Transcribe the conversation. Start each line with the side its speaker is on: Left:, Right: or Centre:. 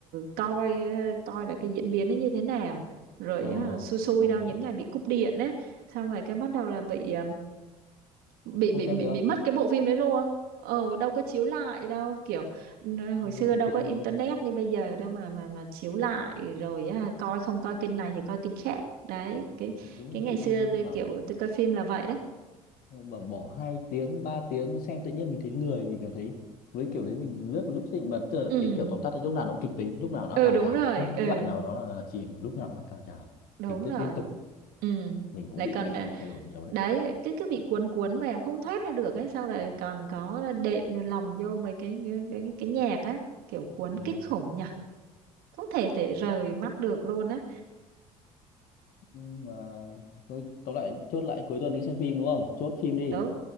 Right: coi ờ, coi là cái diễn biến nó như thế nào rồi
Left: ờ
Right: ờ, xui xui
Left: ừ,
Right: đâu
Left: đúng
Right: những ngày bị cúp điện ấy xong rồi cái bắt đầu là bị ờ, bị bị
Left: không xem
Right: bị,
Left: được
Right: bị mất cái bộ phim đấy luôn ờ đâu có chiếu lại đâu kiểu ừ, hồi
Left: Ừ,
Right: xưa
Left: thì
Right: đâu
Left: tiện
Right: có internet
Left: hơn
Right: như bây giờ đâu mà mà mà chiếu lại rồi á, coi không coi kênh này thì coi kênh khác đấy cái
Left: đúng
Right: cái ngày
Left: tự
Right: xưa
Left: nhiên
Right: tôi
Left: bảo
Right: kiểu tôi coi phim là vậy đấy
Left: bảo bỏ hai tiếng ba tiếng xem tự nhiên mình thấy lười mình cảm thấy với kiểu đấy mình lướt một lúc gì mà tức là
Right: ừ
Left: cái kiểu tóm tắt ấy, lúc nào nó cũng kịch tính lúc nào nó
Right: ừ
Left: cao
Right: đúng
Left: trào
Right: rồi
Left: không có
Right: ừ
Left: đoạn nào nó là, là chỉ mà lúc nào nó là cao trào
Right: đúng
Left: tình tiết
Right: rồi
Left: liên tục
Right: ừ
Left: mình cũng
Right: lại
Left: bị
Right: còn
Left: bị
Right: à,
Left: bị thay đổi nhiều đấy
Right: đấy cái cái bị cuốn cuốn vào không thoát ra được ấy xong rồi còn có đệm vô lòng vô mấy cái cái cái, cái nhạc á kiểu cuốn
Left: ừ.
Right: kinh khủng nhỉ không thể thể rời mắt được luôn á
Left: nhưng mà thôi tóm lại chốt lại cuối tuần đi xem phim đúng không chốt phim đi
Right: đúng